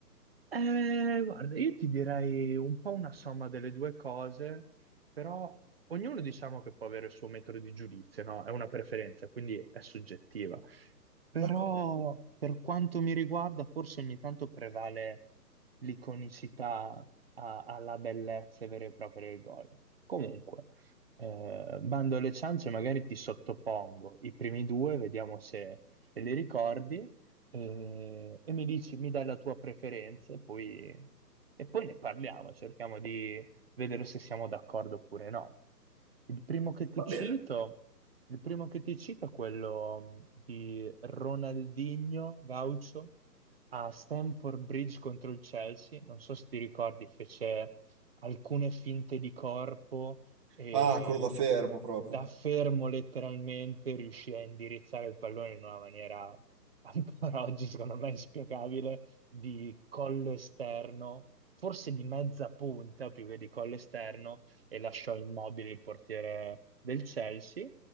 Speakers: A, on the right; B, on the right.
A: eh, guarda, io ti direi un po' una somma delle due cose, però ognuno diciamo che può avere il suo metodo di giudizio, no? È una preferenza, quindi è soggettiva. Però
B: d'accordo,
A: per quanto mi riguarda, forse ogni tanto prevale l'iconicità a- alla bellezza vera e propria del gol. Comunque, eh, bando alle ciance, magari ti sottopongo i primi due, vediamo se, se li ricordi, eh, e mi dici, mi dai la tua preferenza e poi, e poi ne parliamo, cerchiamo di vedere se siamo d'accordo oppure no. Il primo che ti
B: va
A: cito.
B: bene.
A: Il primo che ti cito è quello mh, di Ronaldinho Gaucho a Stamford Bridge contro il Chelsea. Non so se ti ricordi, fece alcune finte di corpo e
B: Ah, quello da fermo proprio.
A: da fermo letteralmente riuscì a indirizzare il pallone in una maniera <laughs> ancora oggi, secondo me, inspiegabile, di collo esterno, forse di mezza punta più che di collo esterno, e lasciò immobile il portiere del Chelsea